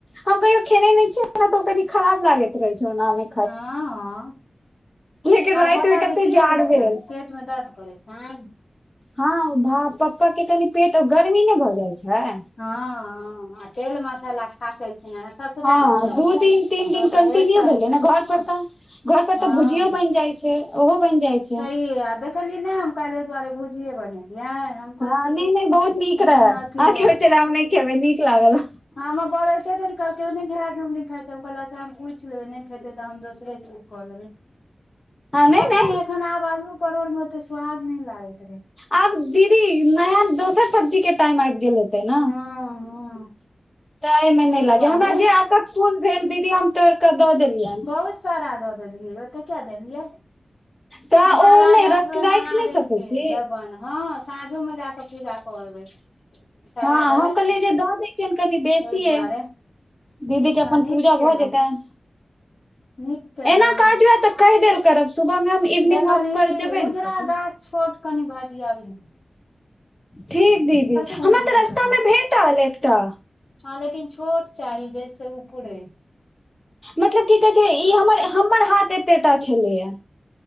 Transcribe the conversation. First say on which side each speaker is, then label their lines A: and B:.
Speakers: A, on the left; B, on the left.
A: हम कहियो खेने नहि छियै त ओ कनी खराब लागैत रहे छै ओना मे
B: हँ
A: लेकिन
B: और
A: राति
B: पापा
A: मे कते
B: के की होइ
A: जाड़
B: छैन
A: भेल
B: पेट मे दर्द करै छैन
A: हँ भ पप्पा के कनि पेट गर्मी ने भऽ जाय छै
B: हँ हँ आ तेल मसाला खा के एलखिन हेँ ससुरारिसँ
A: हँ दू दिन तीन
B: तो
A: दिन
B: तऽ
A: कन्टिन्यू
B: हेतै
A: भेलै ने घर पर तऽ घर पर
B: हँ
A: तऽ भुजियो बनि जाय छै ओहो बनि जाय छै
B: छैहे आ देखलियै नहि हम काल्हि दुआरे भुजिये बनेलियै हम
A: हँ
B: कहै छी
A: नहि
B: जे
A: नहि बहुत नीक
B: मोन
A: रहै आहाँके
B: अथी
A: की होइ छला जे हम नहि खेबै नीक लागल
B: हँ हमर बअर आबै तऽ धरि कहलकेँ हम नै घेरा झुगनी खाय छी अच्छ हम पूछ लेबै नै खैते तऽ दोसरे चीज लेब
A: नहि
B: पता
A: नहि
B: न एखन आब अल्लु परोड़ मे ओे स्वाद नहि लागय छै
A: आब दीदी नया दोसर सब्जी के टाइम आबि गेल हेतै नऽ
B: हँ हँ
A: त एहि मे
B: ताहि
A: नहि लागे
B: दुआरे
A: हमरा जे आकक फूल भेल दीदी हम तोड़ केे दऽ देलियै।
B: बहुत सारा दऽ देलियै ओते किया देलियै
A: तऽ
B: हम माला
A: ओ नहि
B: गाथबै
A: राखि
B: महादेव
A: नहि सकै
B: के
A: छी
B: दबेन हँ। साँझो मे जाके पूजा कऽ एबै चढ़ा
A: हँ
B: देबनि
A: हम कहलियै जे दऽ दै छियनि कनि बेसियए
B: ओहि दुआरे
A: दीदी के अपन
B: हँ नीक
A: पूजा
B: केलहुँ
A: भ जेतैन
B: नीक केलहुँ
A: एना काज रहत त कहि देल करब सुबह मे इवनिंग
B: देखलही
A: वॉक पर जेबै ने
B: उजरा
A: तऽ।
B: गाछ छोट कनि भजीियाबिहन
A: ठीक दीदी
B: फूल
A: हमरा
B: जाहिमे
A: त रास्ता
B: होय
A: मे भेटल एकटा
B: हँ लेकिन छोट चाही जैस ऊपरय
A: मतलब की कहे छै ई हमर हमर हाथ एतेटा छलैया।